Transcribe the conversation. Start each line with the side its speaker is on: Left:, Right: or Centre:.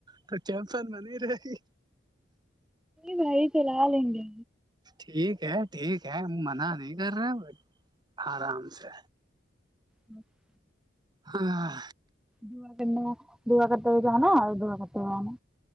Right: تو چمپن بنی رہے گی
Centre: نہیں اتھرا ہال ہنے
Right: ٹھیک ہے ٹھیک ہے منع نہیں کر رہے آرام سے
Centre: ہی
Right: ہاں
Centre: دا کرنا دوا کرتے بھی جناا اور دوا کرتے آناا